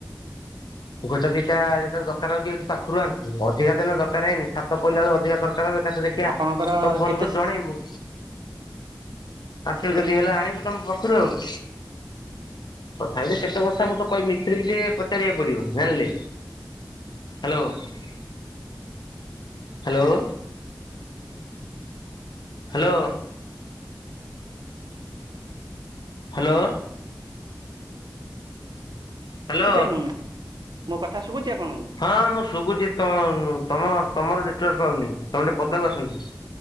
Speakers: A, on the right (about 70°); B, on the left (about 75°).
A: ହ <inaudible>
B: ଗୋଟେ ଦିଟା ଯେତେବେଳେ ଦରକାର ହଉଚି ଏଇଠି ପାଖରୁ ଆଣୁଚୁ। ଅଧିକା ତ ଏନା ଦରକାର ହେଇନି ଛାତ ପଇଲା ବେଳୁ ଅଧିକ ଦରକାର ହେଲେ ଏକାଥରେ ଦେଖିଆ
A: ଆପଣଙ୍କର
B: ତମକୁ ଫୋନ
A: କେତେ
B: କରି ଜଣେଇବୁ। ଆସିବୁ
A: ଶୁଭୁଛି
B: ଯଦି ହେଲା ଆଣିବୁ ତମ ପାଖରୁ ଆଉ। ତଥାପି ଯେ କେତେ ବସ୍ତା ମୁଁ ତ କହିବି ମିସ୍ତ୍ରୀକୁ ଟିକେ ପଚାରିବାକୁ ପଡିବ ଜାଣିଲେ। Hello hello. Hello. Hello? Hello.
A: <unintelligible> ମୁଁ ମୋ କଥା ଶୁଭୁଚି ଆପଣଙ୍କୁ?
B: ହଁ ମୁଁ ଶୁବୁଚି ତମ ଉଁ ତମର ତମର ନେଟୱାର୍କ୍ ପାଉନି ତମେ ଟିକେ ପଦାକୁ ଆସନ୍ତୁ।